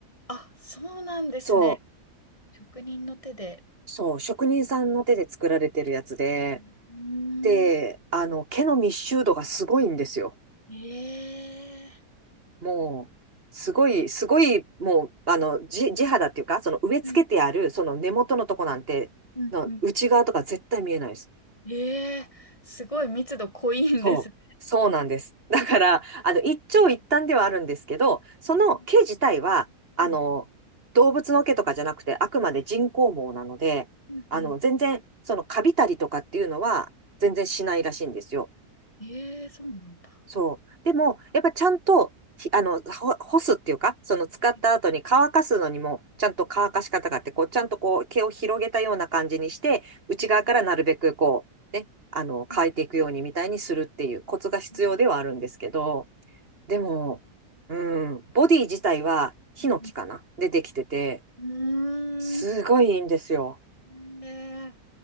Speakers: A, on the left (about 20°); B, on the right (about 35°).
A: あ、そうなんですね。
B: そう、
A: 職人の手で。
B: そう、職人さんの手で作られてるやつで、
A: うーん。
B: で、あの、毛の密集度がすごいんですよ。
A: ええ
B: もう、すごい、すごい、もう、あの、地、地肌っていうか、その植え付けてある、
A: はい。
B: その根元のとこなんて、
A: うん。
B: の内側とか絶対見えないです。
A: うん。ええすごい密度濃いんですね。
B: そう。そうなんです。<laughs> だから、あの、一長一短ではあるんですけど、その毛自体は、
A: はい。
B: あの、
A: うん。
B: 動物の毛とかじゃなくて、あくまで人工毛なので、
A: うん。
B: あの、
A: うん。
B: 全然、その、カビたりとかっていうのは、
A: うん
B: 全然しないらしいんですよ。
A: ええそうなんだ。
B: そう。でも、やっぱちゃんと、ひあの、ほ干すっていうか、その使った後に乾かすのにも、
A: はい
B: ちゃんと乾かし方があって、こう、ちゃんとこう、毛を広げたような感じにして、内側からなるべくこう、
A: うん
B: ね、あの、
A: うん
B: 乾いていくようにみたいにするっていうコツが必要ではあるんですけど、
A: うん
B: でも、うん、ボディ自体はヒノキかなでできてて、
A: うんうんうー
B: すごいいいんですよ。
A: んええ